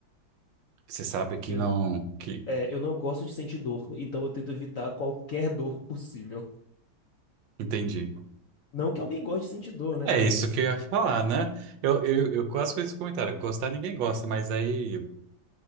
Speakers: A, on the right; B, on the left.
A: Você sabe
B: porque
A: que
B: eu,
A: não, que,
B: é, eu não gosto de sentir dor, <laughs> então eu tento evitar qualquer dor possível.
A: entendi.
B: Não que alguém goste de sentir dor, né,
A: É
B: mas
A: isso que eu ia falar, né? Eu, eu, eu quase fiz esse comentário, gostar ninguém gosta, mas aí